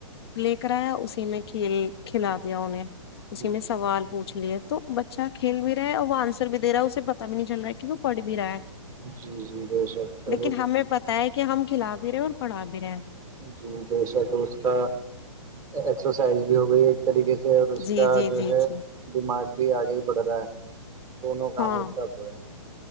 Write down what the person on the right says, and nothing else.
جی
جی
جی جی بے شک تب
جی بشک اس کا ایکسرسائز بھی ہو گئی ہے طریقے سے اور اس
کا
جو
ہے
دماغ بھی آگے بڑھ رہا ہے دونوں گم
ایک سب جو ہے